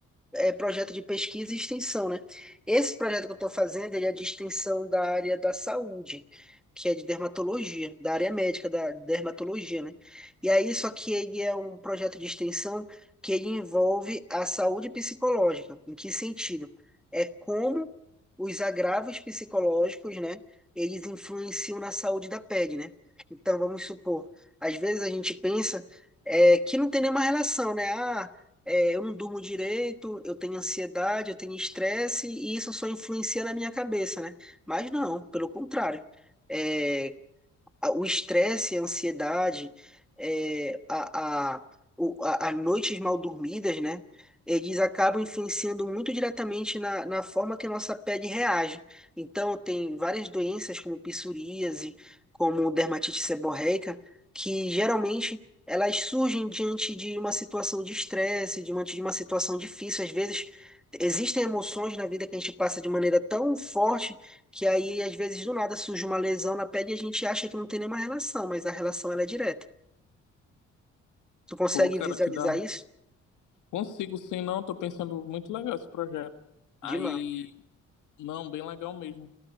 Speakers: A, in the centre; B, on the left (about 80°).
A: é, projeto de pesquisa e extensão, né? Esse projeto que eu estou fazendo, ele é de extensão da área da saúde, que é de dermatologia, da área médica da dermatologia, né? E aí, só que ele é um projeto de extensão que ele envolve a saúde psicológica. Em que sentido? É como os agravos psicológicos, né? Eles influenciam na saúde da pele, né? Então, vamos supor, às vezes a gente pensa é, que não tem nenhuma relação, né? Ah, é, eu não durmo direito, eu tenho ansiedade, eu tenho estresse, e isso só influencia na minha cabeça, né? Mas não, pelo contrário. É, a- o estresse, a ansiedade, é, a, a, o- a, as noites mal dormidas, né? Eles acabam influenciando muito diretamente na, na forma que a nossa pele reage. Então, tem várias doenças como psoríase, como dermatite seborreica, que geralmente elas surgem diante de uma situação de estresse, diante de uma situação difícil. Às vezes, existem emoções na vida que a gente passa de maneira tão forte que aí às vezes do nada surge uma lesão na pele e a gente acha que não tem nenhuma relação, mas a relação ela é direta. Tu consegue
B: Pô, cara,
A: visualizar
B: que dá.
A: isso?
B: Consigo sim, não, tô pensando muito legal esse projeto. Aí,
A: Demais.
B: não, bem legal mesmo.